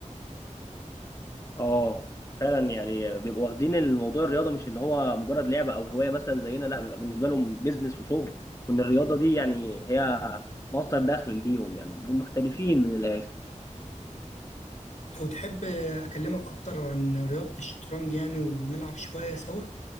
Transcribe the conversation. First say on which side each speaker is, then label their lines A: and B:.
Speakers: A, on the left; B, on the left.
A: اه فعلا يعني بيبقوا واخدين الموضوع الرياضه مش اللي هو مجرد لعبه او هوايه مثلا زينا لا بيبقى بالنسبه لهم بيزنس وشغل وان الرياضه دي يعني هي مصدر دخل ليهم يعني بيبقوا محترفين من الاخر
B: لو تحب أكلمك أكتر عن رياضة الشطرنج يعني ونلعب شوية سوا